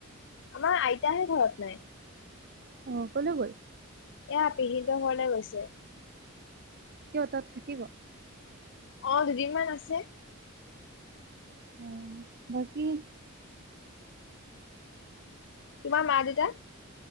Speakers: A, on the left; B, on the right.
A: আমাৰ আইতাহে ঘৰত নাই।
B: অঁ ক'লৈ গ'ল?
A: এয়া পেহীহেত ঘৰলে গৈছে।
B: কিয়, তাত থাকিব?
A: অ' দুদিনমান আছে।
B: উম, বাকী
A: তোমাৰ মা-দেতা?